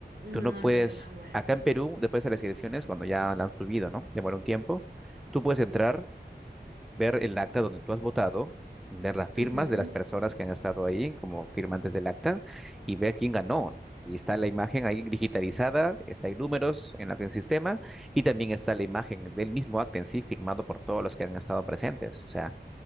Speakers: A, in the centre; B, on the right.
A: Tú
B: No,
A: no puedes,
B: no te las muestran.
A: acá en Perú, después de las elecciones, cuando ya la han subido, ¿no? Demora un tiempo, tú puedes entrar, ver el acta donde tú has votado, ver las firmas
B: Ujú.
A: de las personas que han estado ahí como firmantes del acta y ver quién ganó. ¿no? Y está la imagen ahí digitalizada, está hay números en la- en el sistema y también está la imagen del mismo acta en sí firmado por todos los que han estado presentes. O sea,